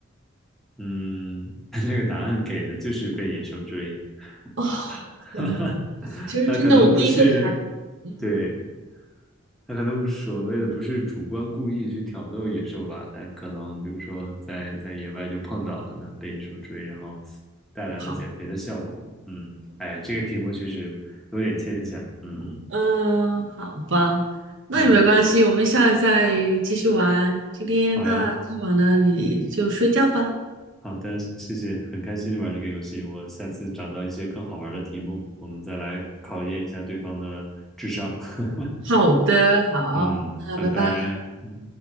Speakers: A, in the centre; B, on the right (about 60°).
A: 嗯，<laughs> 这个答案给的就是被野兽追，
B: 哦，
A: <laughs>
B: 天呐，
A: 哈哈，
B: 其实真的，
A: 它可能不是，
B: 我第一个排，嗯。
A: 对，他可能不是所谓的不是主观故意去挑逗野兽吧，但可能比如说在在野外就碰到了，那被野兽追，然后带来了减肥的效果。
B: 跑。
A: 嗯，哎，这个题目确实有点牵强。嗯
B: 嗯，好吧，那也没关系，
A: 嗯，
B: 我们下次再继续玩。今天那太晚了，
A: 好呀，
B: 你就睡觉吧。
A: 好的，谢谢，很开心玩这个游戏。我下次找到一些更好玩的题目，我们再来考验一下对方的智商。<laughs>
B: 好的，好，
A: 嗯，
B: 那拜拜。
A: 拜拜。